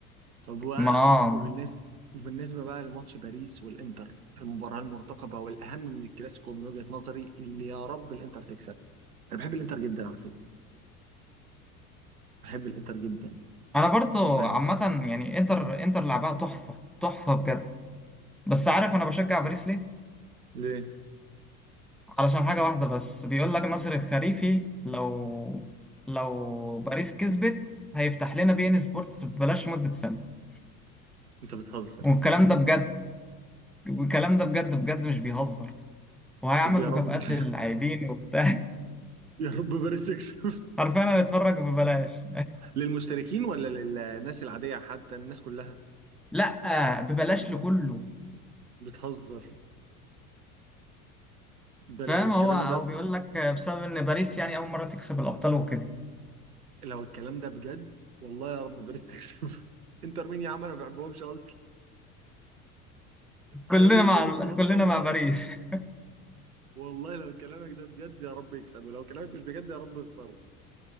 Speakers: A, on the right (about 70°); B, in the centre.
A: طب و...
B: ما اه
A: وبالنسبه وبالنسبه بقى لماتش باريس والانتر المباراه المرتقبه والاهم من الكلاسيكو من وجهة نظري اللي يا رب الانتر تكسب انا بحب الانتر جدا على فكره بحب الانتر جدا
B: انا برضو
A: فاهم
B: عامه يعني انتر انتر لعبها تحفه تحفه بجد بس عارف انا بشجع باريس ليه
A: ليه
B: علشان حاجة واحدة بس بيقول لك ناصر الخريفي لو لو باريس كسبت هيفتح لنا بي ان سبورتس ببلاش لمدة سنة
A: انت بتهزر
B: والكلام ده بجد والكلام ده بجد بجد مش بيهزر وهيعمل
A: طب يا
B: مكافآت
A: رب <laughs>
B: للاعبين وبتاع <laughs>
A: يا رب باريس تكسب
B: حرفيا هنتفرج ببلاش
A: للمشتركين ولا للناس العاديه حتى الناس كلها
B: <laughs> لا ببلاش لكله
A: بتهزر ده
B: فاهم
A: لو الكلام
B: هو هو
A: ده
B: بيقول لك بسبب ان باريس يعني اول مرة تكسب الابطال وكده
A: لو الكلام ده بجد والله يا رب باريس تكسب <laughs> انتر مين يا عم انا ما بحبهمش اصلا
B: كلنا
A: انا بقول
B: مع
A: كده وخلاص
B: كلنا
A: والله
B: مع باريس <laughs>
A: والله لو كلامك ده بجد يا رب يكسب ولو كلامك مش بجد يا رب يخسره